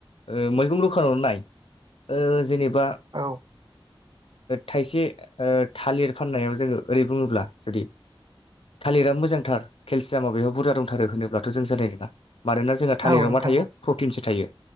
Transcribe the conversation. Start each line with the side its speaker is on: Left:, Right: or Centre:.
Left: ओ मैगं दखानावनो नाय ओ जेनेबा
Right: औ
Left: थाइसे ओ थालिर फाननायाव जोङो ओरै बुङोब्ला जुदि थालिरा मोजांथार केलसियामाव बेहाय बुरजा दंथारो होनोब्ला थ जों जानाय नङा मानोना जोंहा थालिराव
Right: औ नोंथां
Left: मा थायो
Right: औ
Left: प्रथिनसो थायो